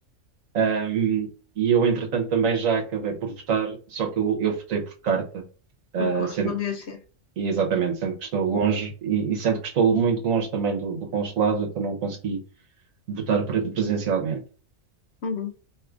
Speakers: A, on the right (about 70°); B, on the left (about 60°).
A: hum, e eu, entretanto, também já acabei por votar, só que eu, eu votei por carta, ah,
B: por correspondência.
A: sendo, e exatamente, sendo que estou longe, e, e sendo que estou muito longe também do, do consulado, então não consegui votar pre- presencialmente.
B: Hum,